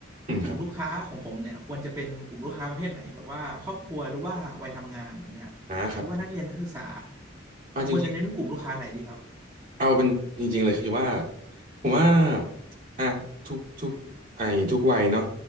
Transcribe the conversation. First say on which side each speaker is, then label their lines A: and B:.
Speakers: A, on the right; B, on the right.
A: อืมครับ
B: กลุ่มลูกค้าของผมเนี่ยควรจะเป็นกลุ่มลูกค้าประเภทไหนแบบว่าครอบครัวหรือว่าวัยทำงานอย่างเงี้ยหรือว่านักเรียนนักศึกษา
A: อ่าครับว่าจริง
B: ผมควรจะเน้นกลุ่มลูกค้าไหนดีครับ
A: ๆเอาเป็นจริงๆเลยคือว่า ผมว่าอ่ะทุกทุกไอ้ทุกวัยเนาะ